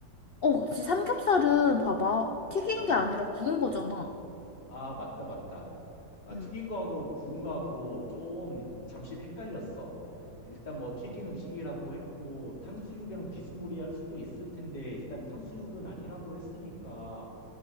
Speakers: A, on the left; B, on the left.
A: 어, 그치. 삼겹살은 봐봐. 튀긴
B: 음.
A: 게 아니라 구운 거잖아.
B: 아, 맞다, 맞다. 아,
A: 응.
B: 튀긴 거하고 구운 거하고 좀 잠시 헷갈렸어. 일단 뭐 튀긴 음식이라고 했고 탕수육이랑 비스무리할 수도 있을 텐데 일단 탕수육은 아니라고 했으니까